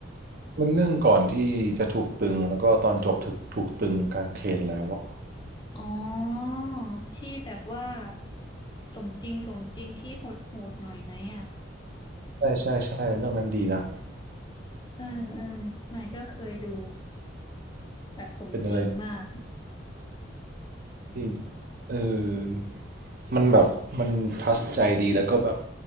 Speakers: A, on the right; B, on the left.
A: มันเรื่องก่อนที่จะถูกตึงแล้วก็ตอนจบถูกถูกตึงกางเขนแล้วอะ
B: อ๋อที่แบบว่าสมจริงสมจริงที่โหดโหดหน่อยไหมอ่ะ
A: ใช่ใช่ใช่เรื่องนั้นดีนะ
B: เออเออมายก็เคยดูแบบสมจริงมาก
A: เป็นอะไรที่เออมันแบบมันทัชใจดีแล้วก็แบบ